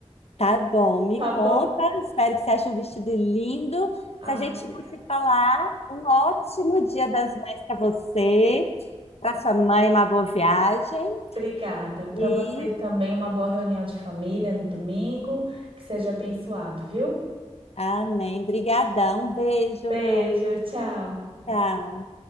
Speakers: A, on the left; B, on the right.
A: Tá bom, me
B: tá bom?
A: conta. Espero que você ache um vestido lindo.
B: Ah,
A: Se a gente
B: obrigada.
A: não se falar, um ótimo Dia das Mães para você, para sua mãe, uma boa viagem
B: Obrigada. Para
A: e
B: vocês também, uma boa reunião de família no domingo. Que seja abençoado, viu?
A: amém. Brigadão, beijo.
B: Beijo, tchau.
A: Tchau.